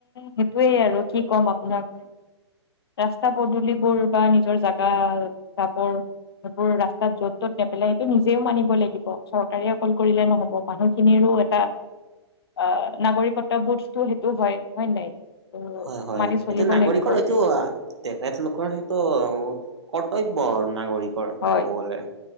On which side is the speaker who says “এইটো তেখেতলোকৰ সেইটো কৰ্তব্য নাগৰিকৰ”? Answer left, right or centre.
Right